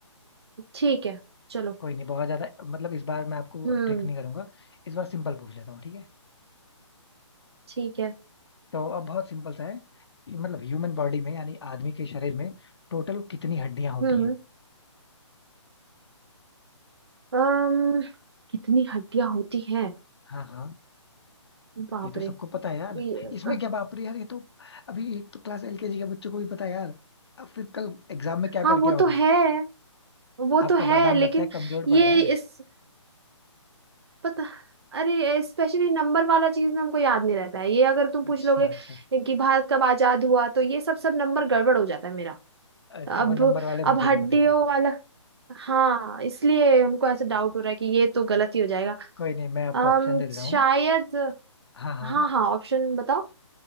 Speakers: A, on the right; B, on the left.
A: ठीक है चलो
B: कोई नहीं बहुत ज्यादा मतलब इस बार मैं आपको
A: हम्म
B: ट्रिक नहीं करूंगा इस बार सिंपल पूछ लेता हूँ ठीक है
A: ठीक है
B: तो अब बहुत सिंपल सा है ये मतलब ह्यूमन बॉडी में यानी आदमी के शरीर में टोटल कितनी हड्डियां होती
A: हम्म
B: हैं
A: अम्म कितनी हड्डियां होती हैं
B: हाँ हाँ
A: बाप
B: ये तो
A: रे
B: सबको पता है यार
A: ये-
B: इसमें क्या बाप रे यार ये तो अभी एक तो क्लास एलकेजी के बच्चों को भी पता है यार अब फिर कल एग्जाम में क्या
A: हाँ
B: करके
A: वो
B: आओगे
A: तो है वो
B: आपका
A: तो है
B: बादाम
A: लेकिन
B: लगता है कमजोर
A: ये
B: पड़ रहा है
A: इस पता अरे स्पेशली नंबर वाला चीज ना हमको याद नहीं रहता है ये अगर तुम पूछ
B: अच्छा
A: लोगे
B: अच्छा
A: कि भारत कब आजाद हुआ तो ये सब सब नंबर गड़बड़ हो जाता है मेरा
B: अच्छा
A: अब
B: वो नंबर वाले
A: अब
B: मुझे
A: हड्डियों
B: भी होते कंफ्यूज
A: वाला हाँ इसलिए हमको ऐसे डाउट हो रहा है कि ये तो गलत ही हो जाएगा
B: कोई नहीं मैं आपको
A: अम
B: ऑप्शन दे दे रहा
A: शायद
B: हूँ हाँ हाँ
A: हाँ हाँ ऑप्शन बताओ